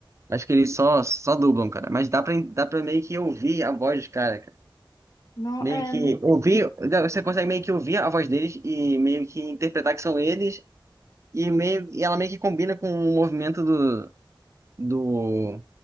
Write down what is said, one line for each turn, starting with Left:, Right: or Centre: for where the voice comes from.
Right: Acho que eles só, só dublam, cara. Mas dá pra, dá pra meio que ouvir a voz dos caras, cara.
Left: Não,
Right: Meio
Left: é,
Right: que
Left: não
Right: ouvir. dá- Você consegue meio que ouvir a voz deles e meio que interpretar que são eles. E, meio, e ela meio que combina com o movimento do, do